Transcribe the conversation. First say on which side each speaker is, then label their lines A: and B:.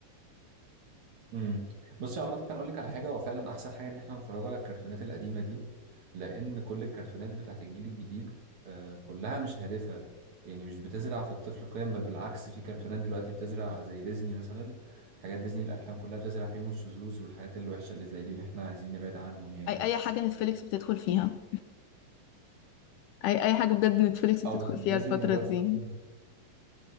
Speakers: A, on the right (about 55°); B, on the left (about 80°).
A: امم بصي عامة اقول لك على حاجة هو فعلا احسن حاجة ان احنا نتفرج على الكرتونات القديمة دي لان كل الكرتونات بتاعت الجيل الجديد آه كلها مش هادفة يعني مش بتزرع في الطفل قيم بل بالعكس في كرتونات دلوقتي بتزرع زي ديزني مثلا حاجات ديزني الافلام كلها بتزرع فيهم الشذوذ والحاجات الوحشة اللي زي دي اللي احنا عايزين نبعد عنهم يعني
B: اي اي حاجه نتفليكس بتدخل فيها اي اي حاجه بجد نتفليكس بتدخل
A: اه بس
B: فيها
A: ديزني
B: الفتره
A: دلوقتي
B: دي
A: بقى-